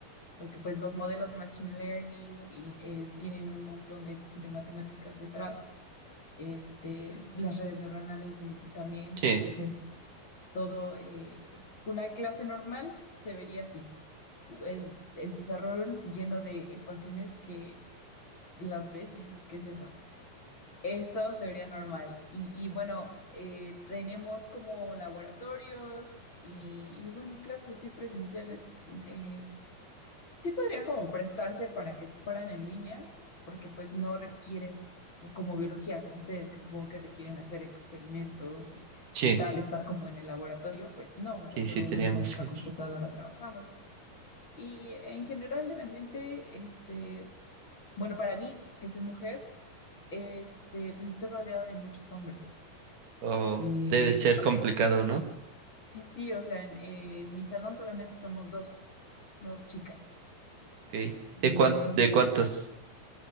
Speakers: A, on the left (about 35°); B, on the right (about 60°).
A: porque pues los modelos de Machine Learning y, eh, tienen un montón de, de matemáticas detrás. este, las redes neuronales ni- también,
B: Sí,
A: entonces todo, eh, una clase normal se vería así, u- el, el pizarrón lleno de ecuaciones que las ves y dices, ¿qué es eso? Eso se vería normal. Y, y bueno, eh, tenemos como laboratorios y, y bueno, clases así presenciales. Eh, Sí podrían como prestarse para que fueran en línea, porque pues no requieres como biología, como ustedes, que supongo que requieren hacer experimentos y,
B: sí,
A: y tal, estar como en el laboratorio, pues no, o sea,
B: sí,
A: solo
B: sí, teníamos
A: desde nuestra
B: que
A: computadora
B: ir.
A: trabajamos. Y en general el ambiente, este, bueno, para mí, que soy mujer, este, pues estoy rodeada de muchos hombres.
B: Oh,
A: Eh,
B: debe ser complicado, ¿no?
A: sí, sí, o sea, en, en mi salón solamente somos dos, dos chicas.
B: Ok.
A: Y
B: ¿De cuán-
A: de ahí en
B: de
A: fuera
B: cuántos?